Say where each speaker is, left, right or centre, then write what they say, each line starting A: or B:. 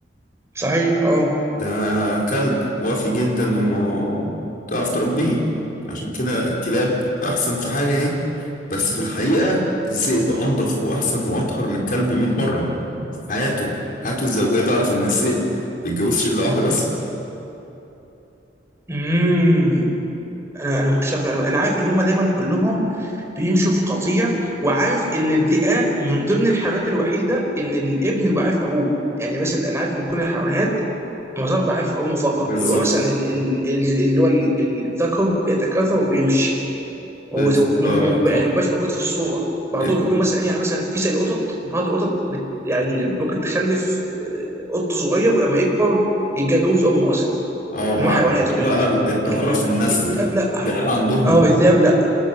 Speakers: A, on the right; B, on the left.
A: صحيح اه
B: ده كلب وافي جدا وتعرف تربيه عشان كده الكلاب أحسن في حاجة أهي بس في الحقيقة الذئب أنضف وأحسن وأطهر من الكلب 100 مرة في حياته حياته الزوجية تعرف إن الذئب ما بيتجوزش إلا واحدة بس
A: امم انا انا ما كنتش عارف المعلومة. انا عارف ان هما دايما كلهم بيمشوا في قطيع وعارف ان الذئاب من ضمن الحيوانات الوحيده ان الابن بيبقى عارف ابوه يعني مثلا انا عارف ان كل الحيوانات معظمها بيبقى عارف امه فقط
B: بالظبط
A: بيبقى مثلا ال- ال- ال- اللي هو ال- ال- الذكر بيتكاثر وبيمشي وهو
B: بالظبط
A: هو م- م- م- يعني
B: بص،
A: ما بيبقاش موجود في الصوره بعضهم
B: ال-
A: بيكون مثلا ايه يعني مثلا في زي القطط بعض القطط بت يعني اللي ممكن تخلف آه، قط صغير ولما يكبر يتجوز امه اصلا
B: اه مع
A: ان هو حيوانات في الاخر
B: بقى
A: مش
B: الطهارة
A: لكن
B: في النسل
A: الذئاب لا
B: الذئاب عندهم
A: اه الذئاب لا